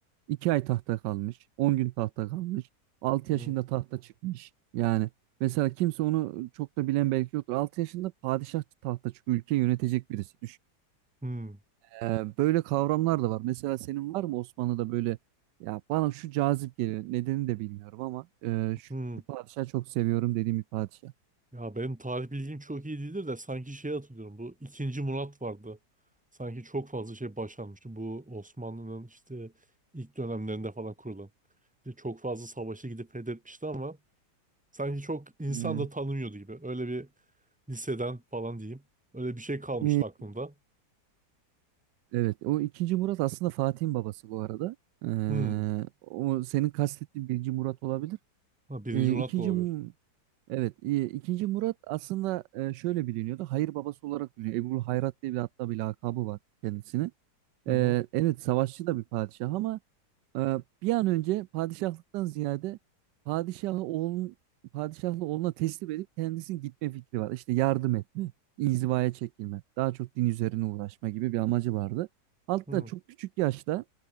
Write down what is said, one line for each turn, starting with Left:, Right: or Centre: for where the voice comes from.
Right: 2 ay tahta kalmış. 10 gün tahta kalmış. altı
Centre: hı.
Right: yaşında tahta çıkmış. Yani mesela kimse onu çok da bilen belki yoktur. 6 yaşında padişah tahta çıkıyor. Ülke yönetecek birisi.
Centre: Hı
Right: Ee, böyle kavramlar da var. Mesela senin var mı Osmanlı'da böyle ya bana şu cazip geliyor. Nedenini de bilmiyorum ama e, şu,
Centre: hı.
Right: şu padişahı çok seviyorum dediğim bir padişah.
Centre: Ya benim tarih bilgim çok iyi değildir de sanki şey hatırlıyorum. Bu ikinci Murat vardı. Sanki çok fazla şey başarmıştı. Bu Osmanlı'nın işte ilk dönemlerinde falan kurulan. İşte çok fazla savaşa gidip fethetmişti ama sanki çok insan
Right: Hmm.
Centre: da tanımıyordu gibi. Öyle bir liseden falan diyeyim. Öyle bir şey kalmıştı
Right: Ee,
Centre: aklımda.
Right: Evet, o ikinci Murat aslında Fatih'in babası bu arada. Ee,
Centre: Hmm.
Right: o senin kastettiğin birinci Murat olabilir.
Centre: Ha, birinci
Right: Ee,
Centre: Murat
Right: ikinci
Centre: da olabilir.
Right: Evet, e, ikinci Murat aslında e, şöyle biliniyordu. Hayır babası olarak biliniyor. Ebul Hayrat diye bir hatta bir lakabı var kendisine.
Centre: Hı
Right: E,
Centre: hı.
Right: evet, savaşçı da bir padişah ama e, bir an önce padişahlıktan ziyade padişahı oğlun padişahlı oğluna teslim edip kendisinin gitme fikri var. İşte yardım etme, inzivaya çekilme, daha çok din üzerine uğraşma gibi bir amacı vardı. Hatta
Centre: Hı hı.
Right: çok küçük yaşta